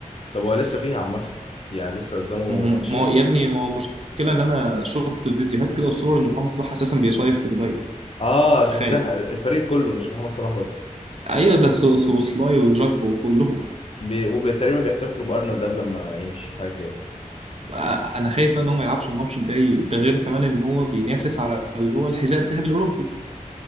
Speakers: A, on the left (about 45°); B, on the right (about 50°).
A: طب هو لسه فيها عامه يعني لسه قدامه
B: ما
A: ماتشين
B: هو ما هو يا ابني ما هو مشكله ان انا شفت فيديوهات كده وصور ان محمد صلاح اساسا بيصيف في دبي
A: اه
B: خايف
A: شفتها الفريق كله مش محمد صلاح بس
B: ايوه ده سو- سوبوسلاي وجاكبو وكلهم
A: بي... وتقريبا بيحتفلوا بارنولد قبل ما يمشي حاجه كده
B: آه، انا خايف بقى ان هو ما يلعبش الماتش الجاي ده غير كمان ان هو بينافس على اللي هو الحذاء الذهبي الاوروبي